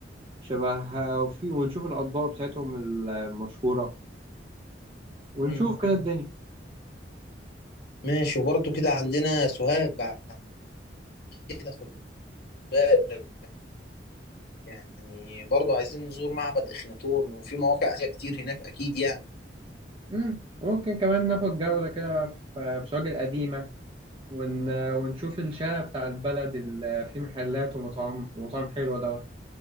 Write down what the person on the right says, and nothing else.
شبه وفي ونشوف الأطباق بتاعتهم المشهورة ونشوف
كده الدنيا
مم. ممكن كمان ناخد جولة كده في بسواق القديمة ون... ونشوف الشارع بتاع البلد اللي فيه محلات ومطاعم ومطاعم حلوة دوت